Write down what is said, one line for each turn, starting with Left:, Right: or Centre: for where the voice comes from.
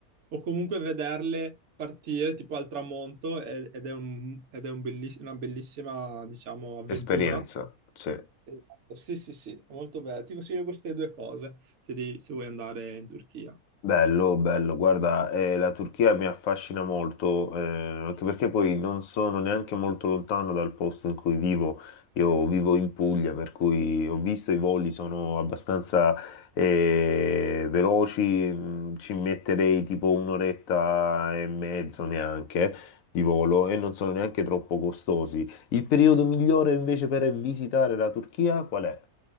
Right: o comunque vederle partire tipo al tramonto e- ed è un- ed è un belliss- una bellissima, diciamo, avventura.
Left: Esperienza, sì.
Right: Esatto, Sì, sì, sì, molto bello. Ti consiglio queste due cose se, devi- se vuoi andare in Turchia.
Left: Bello, bello. Guarda, eh, la Turchia mi affascina molto, eh, anche perché poi non sono neanche molto lontano dal posto in cui vivo. Io vivo in Puglia, per cui ho visto i voli sono abbastanza eh, veloci, mm, ci metterei tipo un'oretta e mezzo neanche di volo e non sono neanche troppo costosi. Il periodo migliore invece per visitare la Turchia qual è?